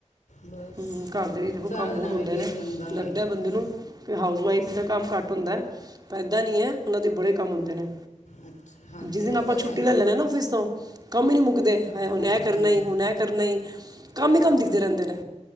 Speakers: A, on the left; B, on the right.
A: ਬਸ
B: ਹੂੰ, ਘਰ ਦੇ ਵੀ ਦੇਖੋ
A: ਸਾਰਾ
B: ਕੰਮ
A: ਦਿਨ
B: ਬਹੁਤ
A: ਐਵੇਂ
B: ਹੁੰਦੇ
A: ਬੀਤ
B: ਨੇ,
A: ਜਾਂਦਾ
B: ਲੱਗਦਾ
A: ਵੇ
B: ਬੰਦੇ
A: ਬਸ
B: ਨੂੰ ਕਿ ਹਾਊਸ ਵਾਈਫ ਦਾ ਕੰਮ ਘੱਟ ਹੁੰਦਾ, ਪਰ ਏਦਾਂ ਨਹੀਂ ਹੈ ਉਹਨਾਂ ਦੇ ਬੜੇ ਕੰਮ ਹੁੰਦੇ ਨੇ।
A: ਅੱਛਾ ਹਾਂਜੀ
B: ਜਿਸ ਦਿਨ
A: ਉਹ
B: ਆਪਾਂ
A: ਤਾਂ
B: ਛੁੱਟੀ
A: ਹੈ ਹੀ
B: ਲੈ ਲੈਨੇ ਆ ਨਾ ਔਫਿਸ ਤੋਂ, ਕੰਮ ਹੀ ਨਹੀਂ ਮੁੱਕਦੇ। ਮੈਂ ਹੁਣ
A: ਹਾਂਜੀ
B: ਐ ਕਰਨਾ
A: ਹਾਂਜੀ
B: ਈ, ਹੁਣ ਐ ਕਰਨਾ ਈ, ਕੰਮ ਹੀ ਕੰਮ ਦਿਖਦੇ ਰਹਿੰਦੇ ਨੇ।